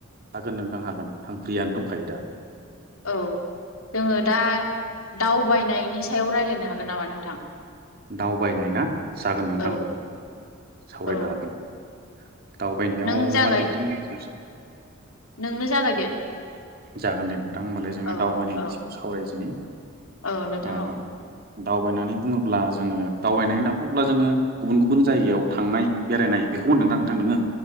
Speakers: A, on the right (about 45°); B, on the left (about 80°).
A: हागोन नोंथां हागोन आं फ्रियानो दंखायो दा।
B: औ जोङो दा दावबायनायनि सायाव रायलायनो हागोन नामा नोंथां।
A: दावबायनाय ना जागोन नोंथां
B: औ
A: सावरायनो
B: औ
A: हागोन। दावबायनायाव
B: नों जागाय
A: मा बिथिं <unintelligible>
B: नोंनो जागायदो
A: जागोन दे नोंथां होनबालाय जोङो
B: औ
A: दावबायनायनि
B: औ
A: सायाव सावरायदिनि।
B: औ नोंथां
A: ओ
B: औ।
A: दावबायनानै बुङोब्ला जोङो दावबायनाय होनना बुङोब्ला जोङो गुबुन गुबुन जायगायाव थांनाय बेरायनाय बेखौ होन्दों दा नोंथां नोङो